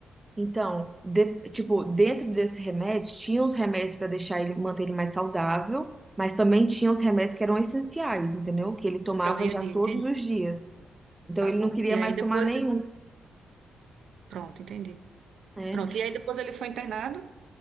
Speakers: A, on the right; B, on the right.
A: então, de- tipo, dentro desse remédio, tinha os remédios pra deixar ele, manter ele mais saudável, mas também tinha os remédios que eram essenciais, entendeu? Que ele tomava
B: para o dia
A: já
B: a dia,
A: todos
B: entendi?
A: os dias. Então
B: Tá
A: ele
B: bom.
A: não queria
B: E
A: mais
B: aí depois,
A: tomar nenhum
B: pronto, entendi.
A: né?
B: Pronto, e aí depois ele foi internado?